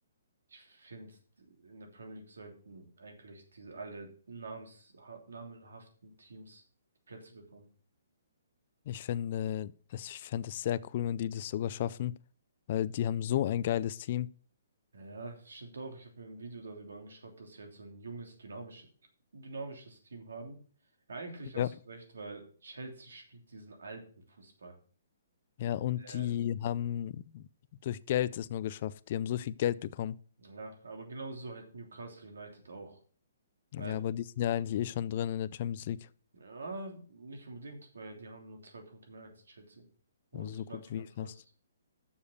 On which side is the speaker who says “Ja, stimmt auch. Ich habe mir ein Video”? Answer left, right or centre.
Right